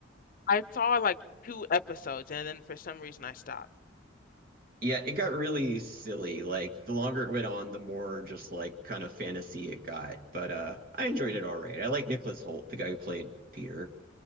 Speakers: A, on the left (about 45°); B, on the right (about 50°).
A: I saw like 2 episodes and then for some reason I stopped.
B: Yeah, it got really silly. Like the longer it went on, the more just like kind of fantasy it got. But uh I enjoyed it all right. I like Nicholas Hoult, the guy who played Peter.